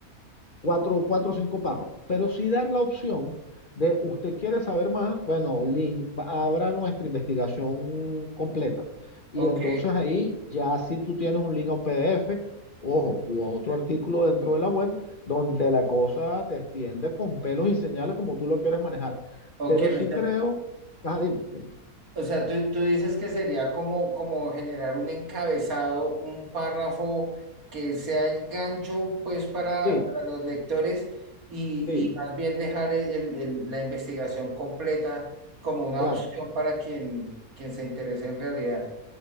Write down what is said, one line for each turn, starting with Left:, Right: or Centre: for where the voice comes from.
Left: cuatro, cuatro o cinco párrafos, pero sí dar la opción de usted quiere saber más, bueno, link, abra nuestra investigación completa. Y
Right: Ok,
Left: entonces ahí ya si tú tienes un link a un PDF, ojo, u a otro artículo dentro de la web, donde la cosa te extiende con pelos y señales como tú lo quieres manejar.
Right: ok,
Left: Pero sí
Right: o sea,
Left: creo, ajá, dime, dime.
Right: O sea, tú, tú dices que sería como, como generar un encabezado, un párrafo que sea el gancho, pues, para,
Left: Sí,
Right: para los lectores y,
Left: sí,
Right: y más bien dejar el- el- el- la investigación completa como una
Left: claro.
Right: opción para quien, quien se interese en realidad.